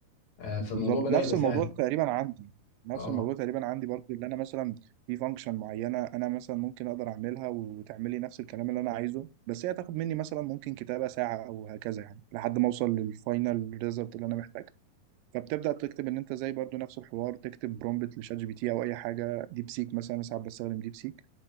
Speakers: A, on the left; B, on the right.
A: آه،
B: بالظبط
A: فالموضوع بدأ
B: نفس
A: يبقى سهل
B: الموضوع تقريبا عندي نفس
A: اه
B: الموضوع تقريبا عندي برضو اللي انا مثلا في فانكشن معينه انا مثلا ممكن اقدر اعملها وتعملي نفس الكلام اللي انا عايزه بس هي تاخد مني مثلا ممكن كتابه ساعه او هكذا يعني لحد ما اوصل للفاينل ريزلت اللي انا محتاجها فبتبدا تكتب ان انت زي برضو نفس الحوار تكتب برومبت لشات جي بي تي او اي حاجه ديب سيك مثلا أنا ساعات بستخدم ديب سيك